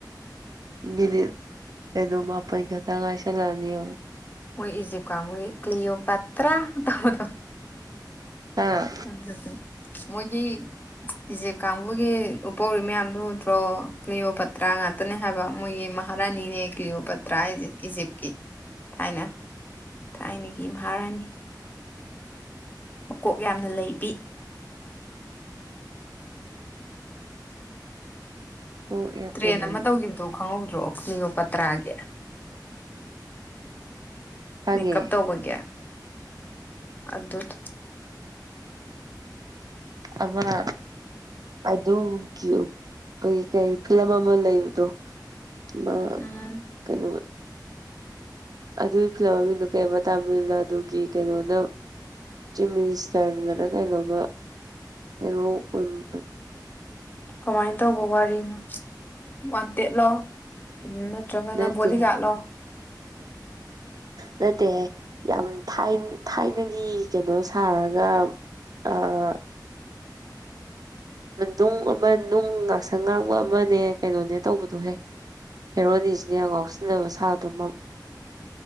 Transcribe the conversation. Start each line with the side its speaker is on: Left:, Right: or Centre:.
Right: ꯃꯤꯅꯤꯠ ꯀꯩꯅꯣ ꯃꯥꯄꯥꯜ ꯈꯇꯡ ꯉꯥꯏꯁꯤꯂꯛ ꯑꯅꯤ ꯌꯦꯡꯉꯣ
Left: ꯃꯣꯏ ꯏꯖꯤꯞ ꯀꯥꯡꯒꯨꯒꯤ ꯀ꯭ꯜꯤꯑꯣꯄꯠꯇ꯭ꯔ ꯇꯧꯕꯗꯣ
Right: ꯍꯥ
Left: ꯑꯗꯨ ꯑꯗꯨ ꯃꯣꯏꯒꯤ ꯏꯖꯤꯞ ꯀꯥꯡꯕꯨꯒꯤ ꯎꯄꯧꯔꯤ ꯃꯌꯥꯝꯗꯨ ꯎꯗ꯭ꯔꯣ ꯀ꯭ꯜꯤꯌꯣ ꯄꯇ꯭ꯔꯥ ꯉꯥꯛꯇꯅꯦ ꯍꯥꯏꯕ ꯃꯣꯏꯒꯤ ꯍꯔꯥꯅꯤꯅꯦ ꯀ꯭ꯂꯤꯑꯣ ꯄꯠꯇ꯭ꯔ ꯍꯥꯏꯖꯦ ꯏꯖꯤꯞꯇꯀꯤ ꯊꯥꯏꯅ ꯊꯥꯏꯅꯒꯤ ꯃꯍꯥꯔꯥꯅꯤ ꯃꯀꯣꯛ ꯌꯥꯝꯅ ꯂꯩꯕꯤ
Right: ꯀꯣꯛ ꯌꯥꯝꯅ
Left: ꯇ꯭ꯔꯦꯟ
Right: ꯂꯩꯕꯤ
Left: ꯑꯃ ꯇꯧꯈꯤꯕꯗꯣ ꯈꯪꯍꯧꯗ꯭ꯔꯣ ꯂꯤꯌꯣꯄꯠꯇ꯭ꯔꯥꯒꯤ
Right: ꯈꯪꯉꯦ
Left: ꯃꯦꯀꯞ ꯇꯧꯕꯒꯤ ꯑꯗꯨꯗꯣ
Right: ꯑꯃꯅꯥ ꯑꯗꯨꯒꯤ ꯀꯩ ꯀꯔꯤ ꯐꯤꯂꯝ ꯑꯃ ꯂꯩꯕꯗꯣ ꯑꯃ
Left: ꯎꯝ
Right: ꯀꯩꯅꯣ ꯑꯗꯨꯒꯤ ꯐꯤꯂꯝ ꯃꯃꯤꯡꯗꯣ ꯀꯩꯕ ꯇꯥꯃꯤꯜꯅꯥꯗꯨꯒꯤ ꯀꯩꯅꯣꯅ ꯆꯤꯞ ꯃꯤꯅꯤꯁꯇꯔ ꯅꯔ ꯀꯩꯅꯣꯝꯃ ꯍꯦꯔꯣ ꯀꯨꯝꯕꯗꯣ
Left: ꯀꯃꯥꯏꯅ ꯇꯧꯕ ꯋꯥꯔꯤꯅꯣ ꯋꯥꯟꯇꯦꯠꯂꯣ ꯎꯝ ꯅꯠꯇ꯭ꯔꯒꯅ
Right: ꯅꯠꯇꯦꯍꯦ
Left: ꯕꯣꯗꯤꯒꯥꯔꯠꯂꯣ
Right: ꯅꯠꯇꯦꯍꯦ ꯌꯥꯝ ꯊꯥꯢꯟ ꯊꯥꯏꯅꯒꯤ ꯀꯩꯅꯣ ꯁꯥꯔꯒ ꯑꯥ ꯅꯨꯡ ꯑꯃ ꯅꯨꯡ ꯉꯥꯛꯁꯪ ꯉꯥꯡꯕ ꯑꯃꯅꯦ ꯀꯩꯅꯣꯅꯦ ꯇꯧꯕꯗꯣꯍꯦ ꯍꯦꯔꯣꯅꯤꯁꯤꯅ ꯌꯥꯝ ꯉꯥꯎꯁꯤꯟꯅꯕ ꯁꯥꯕꯗꯣ ꯃ